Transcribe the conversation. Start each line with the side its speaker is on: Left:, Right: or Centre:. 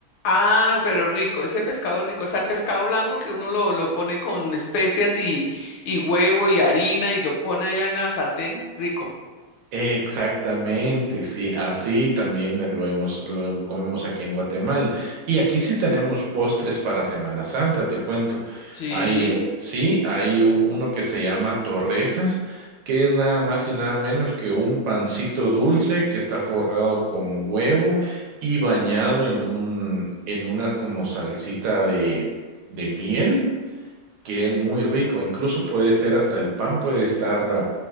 Left: Ah, pero rico, ese pescado rico, o sea, el pescado blanco que uno lo, lo pone con especias y, y huevo y harina y lo pone allá en la sartén, rico.
Right: Exactamente, sí, así también lo hemos, lo comemos aquí en Guatemala. Y aquí sí tenemos postres para Semana Santa, te cuento.
Left: Sí.
Right: Hay, sí, hay u- uno que se llama torrejas, que es nada más y nada menos que un pancito dulce que está forrado con huevo y bañado en un, en unas como salsita de, de miel que es muy rico. Incluso puede ser hasta el pan puede estar ah,